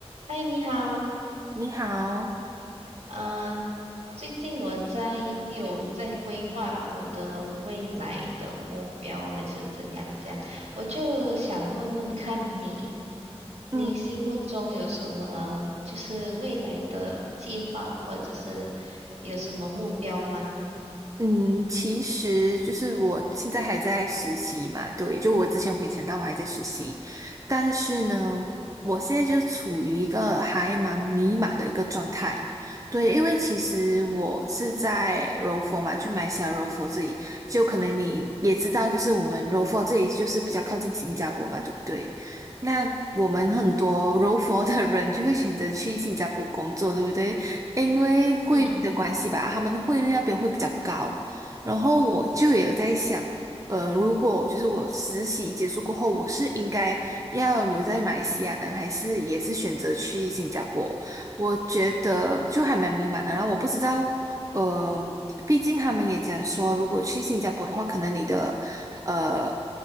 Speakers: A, on the right (about 80°); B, on the right (about 30°).
A: 嗨，你好，
B: 你好，
A: 嗯，最近我在有在规划我的未来的目标还是怎样这样，我就想问问看你，你心目中有什么就是未来的计划，
B: 嗯
A: 或者是有什么目标吗？
B: 嗯，其实就是我现在还在实习嘛，对，就我之前我跟你讲到我还在实习，但是呢，我现在就处于一个还蛮迷茫的一个状态，对，因为其实我是在柔佛嘛，就马来西亚柔佛这里，就可能你也知道，就是我们柔佛这里就是比较靠近新加坡嘛，对不对？那我们很多柔佛的人就会选择去新加坡工作，对不对？因为汇率的关系吧，
A: 嗯
B: 他们的汇率那边会比较高。然后我就也在想，呃，如果就是我实习结束过后，我是应该要留在马来西亚呢，还是也是选择去新加坡？我觉得就还蛮迷茫的。然后我不知道，呃，毕竟他们也讲说，如果去新加坡的话，可能你的呃